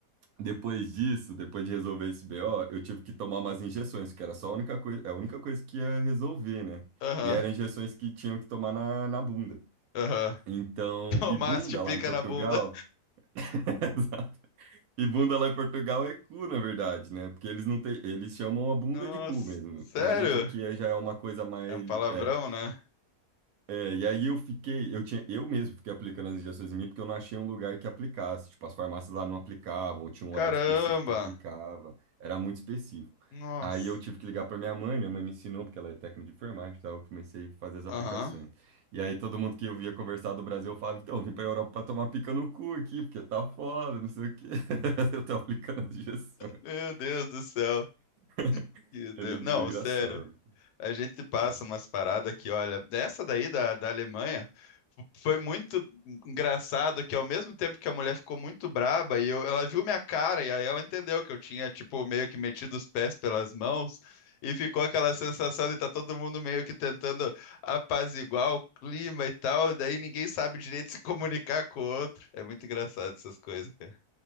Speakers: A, on the right; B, on the left.
A: depois disso, depois de resolver esse BO, eu tive que tomar umas injeções, que era só a única coisa, a única coisa que ia resolver, né?
B: Aham,
A: E eram injeções que tinham que tomar na, na bunda.
B: aham.
A: Então,
B: Tomaste
A: e bunda
B: pica
A: lá em Portugal,
B: na bunda.
A: <laughs> exato. E bunda lá em Portugal é cu, na verdade, né? Porque eles não têm, eles chamam a bunda
B: Nossa,
A: de cu mesmo.
B: sério?
A: Pra gente aqui é- já é uma coisa mais,
B: É um palavrão,
A: é,
B: né?
A: É, e aí eu fiquei, eu tinha, eu mesmo fiquei aplicando as injeções em mim porque eu não achei um lugar que aplicasse. Tipo, as farmácias lá não aplicavam, ou tinha
B: Caramba!
A: um horário específico que aplicava, era muito específico.
B: Nossa.
A: Aí eu tive que ligar para minha mãe, minha mãe me ensinou, porque ela é técnica de enfermagem, e eu comecei a fazer as aplicações.
B: Aham.
A: E aí todo mundo que eu via conversar do Brasil, eu falava, então, eu vim para Europa para tomar pica no cu aqui, porque tá foda, não sei o quê. <laughs> Eu tô aplicando as injeções.
B: Meu Deus do céu.
A: <laughs>
B: Que Deus.
A: Era
B: Não,
A: engraçado.
B: sério. A gente passa
A: engraçado.
B: umas paradas que, olha, essa daí da, da Alemanha. foi muito engraçado que ao mesmo tempo que a mulher ficou muito braba e eu- ela viu minha cara e aí ela entendeu que eu tinha tipo meio que metido os pés pelas mãos e ficou aquela sensação de tá todo mundo meio que tentando apaziguar o clima e tal, e daí ninguém sabe direito <laughs> se comunicar com o outro. É muito engraçado essas coisas, cara.